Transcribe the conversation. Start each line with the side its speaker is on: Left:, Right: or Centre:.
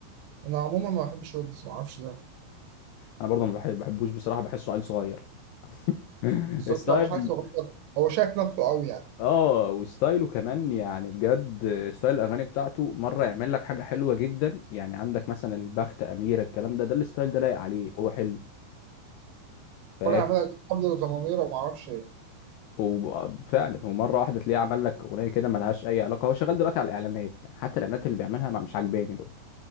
Right: انا عموما ما بحبش ويجز ما اعرفش ليه
Left: أنا برضو ما بحب- بحبوش بصراحة بحسه عيل صغير <laughs>
Right: بالظبط
Left: ستايل
Right: هو مش عارف يغني، هو شايف نفسه قوي يعني
Left: اه وستايله كمان يعني بجد ستايل الاغاني بتاعته مره يعمل لك حاجه حلوه جدا يعني عندك مثلا البخت اميره الكلام ده ده الستايل ده لايق عليه هو حلو فاهم
Right: طلع يعملها قبل ضمامير وما اعرفش
Left: وفعلا ومره واحده تلاقيه عمل لك اغنيه كده ملهاش اي علاقه هو شغال دلوقتي على الاعلانات يعني حتى الاعلانات اللي بيعملها ما- مش عاجباني برضه